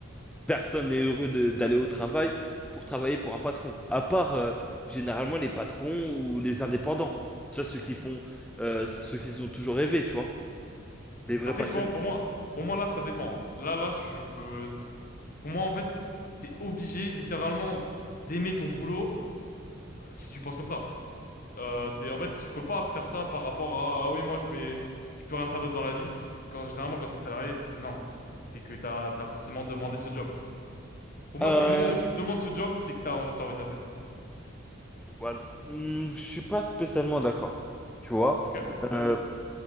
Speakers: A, in the centre; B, on the left (about 45°).
A: Personne n'est heureux de- d'aller au travail pour travailler pour un patron, à part euh, généralement les patrons ou les indépendants. Tu vois, ceux qui font, euh, ceux qu'ils ont toujours rêvé, tu vois, les vrais
B: Après,
A: passionnés.
B: tu vois, pour moi, pour moi là, ça dépend. Là, là, je peux- Pour moi, en fait, t'es obligé littéralement d'aimer ton boulot euh, si tu penses comme ça. Euh, t'es... En fait, tu peux pas faire ça par rapport à ah oui, moi, je mets, je peux rien faire d'autre dans la vie. C'est- Quand généralement, quand t'es salarié, c'est- non, c'est que t'as t'as forcément demandé ce job. Pour moi,
A: Euh,
B: du moment où tu demandes ce job, c'est que t'as t'as envie de le faire.
A: voilà. Hmm, Je suis pas spécialement d'accord, tu vois.
B: Ok, ouais, ouais,
A: Euh,
B: ouais.